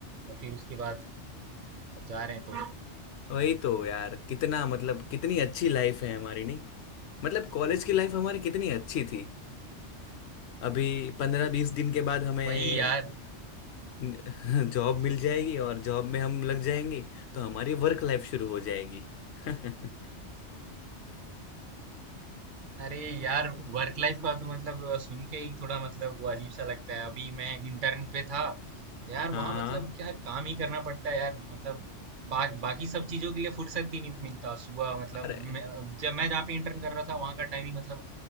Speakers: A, on the right; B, on the left.
A: और फिर उसके बाद अब जा रहे हैं तो
B: वही तो यार कितना मतलब कितनी अच्छी लाइफ है हमारी नहीं मतलब कॉलेज की लाइफ हमारी कितनी अच्छी थी अभी पंद्रह बीस दिन के बाद हमें
A: वही यार
B: <laughs> जॉब मिल जाएगी और जॉब में हम लग जाएंगे तो हमारी वर्क लाइफ शुरू हो जाएगी <laughs> हाँ
A: अरे यार वर्क लाइफ का तो मतलब अ, सुन के ही थोड़ा मतलब वो अजीब सा लगता है अभी मैं इंटर्न पे था तो यार
B: हाँ
A: वहां मतलब क्या काम ही करना पड़ता है यार मतलब बा, बाकी सब चीजों के लिए फुर्सत ही नहीं मिलता सुबह मतलब
B: अरे
A: मैं, जब मैं जहाँ पे इंटर्न कर रहा था वहां का टाइमिंग मतलब